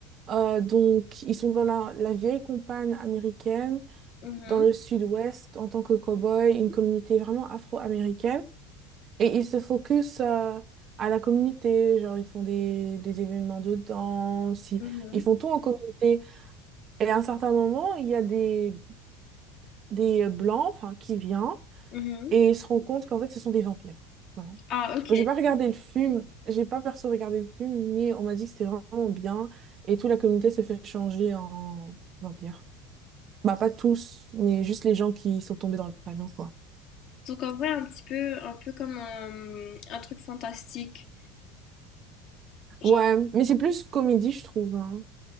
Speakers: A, on the right (about 40°); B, on the left (about 50°).
A: Euh, donc, ils sont dans la, la vieille campagne américaine,
B: Mhm,
A: dans le sud-ouest, en tant que cow-boy, une communauté vraiment afro-américaine. Et ils se focus euh, à la communauté, genre ils font des, des événements de danse, ils,
B: mhm,
A: ils font tout en communauté. Et à un certain moment, il y a des, des blancs enfin, qui viennent
B: mhm.
A: et ils se rendent compte qu'en fait, ce sont des vampires. Voilà.
B: Ah, ok.
A: Bon, j'ai pas regardé le film, j'ai pas perso regardé le film, mais on m'a dit que c'était vraiment bien et toute la communauté s'est fait changer en vampire. Bah, pas tous, mais juste les gens qui sont tombés dans le panneau, quoi.
B: Donc en vrai, un petit peu, un peu comme un, un truc fantastique. Genre,
A: Ouais, mais c'est plus comédie, je trouve. hein.